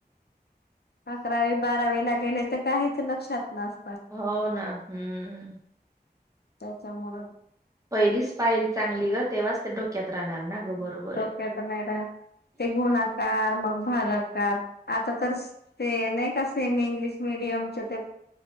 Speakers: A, on the left; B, on the right.
A: अकरावी बारावी ला गेले तर काहीच लक्षात नस
B: हो ना हम्म
A: त्याच्यामुळ
B: पहिलीच पायरी चांगली ग तेव्हाच ते डोक्यात राहणार ना ग बरोबरये.
A: ते आता नाय राहत ते गुणाकार मग भागाकार आता तर ते नाही का? सेमी इंग्लिश मिडियमच्या ते